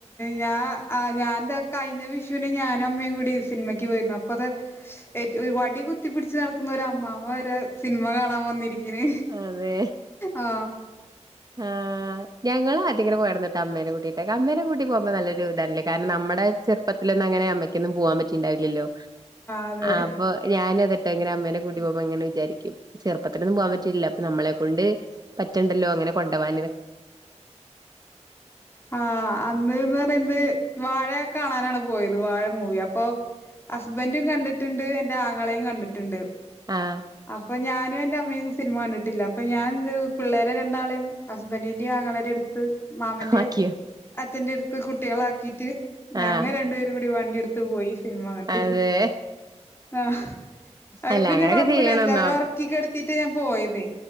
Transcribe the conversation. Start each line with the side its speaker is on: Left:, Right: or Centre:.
Left: ഞാൻ ആ ഞാൻ എന്താ കഴിഞ്ഞ വിഷുവിന് ഞാനും അമ്മയും കൂടി സിനിമയ്ക്ക് രുന്നു അപ്പൊ അത് ഏറ്റ വടി കുത്തിപ്പിടിച്ച് നടക്കുന്ന ഒരു അമ്മാമ്മ വരെ സിനിമ കാണാൻ വന്നി
Right: അതെ
Left: ആ
Right: ആഹ് ഞങ്ങള് ആറ്റൻക്കര പോയരുന്ന്ട്ടാ അമ്മേനെ കൂട്ടിട്ട് അമ്മേനെകൂട്ടി പോകുമ്പോൾ നല്ലൊരു ഇതല്ലേ കാരണം നമ്മുടെ ചെറുപ്പ അങ്ങനെ അമ്മക്കൊന്നും പോവാൻ പറ്റിണ്ടാവില്ലല്ലോ
Left: അതെ
Right: അപ്പൊ ഞാന അങ്ങനെ അമ്മേന കൂട്ടി പോകുമ്പോൾ അങ്ങന വിചാരിക്കും ചെറുപ്പത്തിലൊന്നും പോവാൻ പറ്റില്ലല്ലോഅപ്പൊ നമ്മളെ കൊണ്ട് പറ്റണ്ടല്ലോ അങ്ങനെ കൊണ്ടുപോവാൻ
Left: ആ ആഹ് അന്ന്ന്ന് പറയുന്നത് വാഴ കാണാനാണ് പോയത് വാഴ മൂവി അപ്പോ ഹസ്ബൻൻ്റും കണ്ടിട്ട് ട്ടുണ്ട് എന്റെ ആങ്ങളെയും കണ്ടിട്ടുണ്ട്.
Right: ആഹ്
Left: അപ്പൊ ഞാനും എന്റെ അമ്മയും സിനിമ കിണ്ടിട്ടില്ല അപ്പൊ ഞാൻ <unintelligible> ചെയ്തു പിള്ളേരെ രണ്ടാളെയും ഹസ്ബൻ്റിൻ്റെ ആങ്ങളുടെ അടുത്ത് മാമന്റെയും
Right: ആക്കിയോ
Left: അച്ഛന്റെ അടുത്ത് കുട്ടികളെ ആക്കിട്ട് ഞങ്ങ
Right: ആഹ്
Left: രണ്ടുപേരും കൂടി വണ്ടി എടുത്ത് പോയി സിനിമ കണ്ട്
Right: അതെ
Left: ആഹ് അവര്
Right: അല്ല
Left: പിന്നെ
Right: അങ്ങനെയൊക്കെ
Left: കൊഴപ്പുണ്ടായിരുന്നില്ല
Right: ചെയ്യണംന്നാ
Left: അവരെ ഉറക്കി കിടത്തിയിട്ടാ ഞാൻ പോയതെ